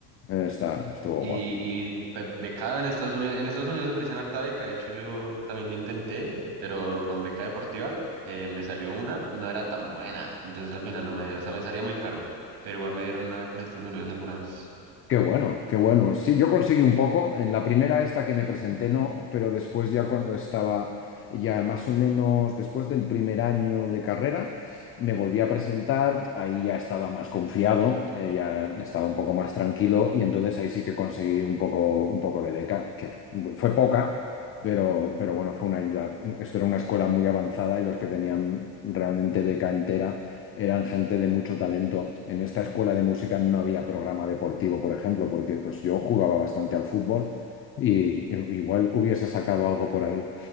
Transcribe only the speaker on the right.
Y,
y eh, becado en Estados Unidos. En Estados Unidos ofrecían harta beca. De hecho, yo también lo intenté, pero con beca deportiva eh, me salió una, no era tan buena. Entonces al final no me, o sea, me salía muy caro. Pero igual me dieron una beca en Estados Unidos alguna vez.